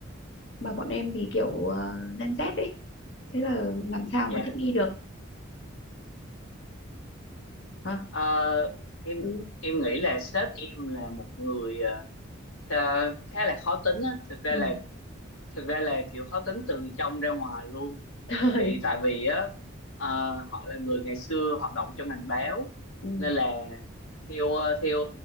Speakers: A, on the left; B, on the left.
A: mà bọn em thì kiểu uh, Gen Z ấy, thế là làm sao
B: dạ
A: mà thích nghi được hả?
B: Ờ, em
A: Ừ,
B: em nghĩ là sếp em là một người ờ, khá khá là khó tính á thực ra
A: ừ.
B: là
A: <laughs>
B: thực ra là kiểu khó tính từ trong ra ngoài luôn
A: Trời.
B: thì tại vì á ờ, họ là người ngày xưa hoạt động trong ngành báo
A: Ừ,
B: nên là theo ờ, theo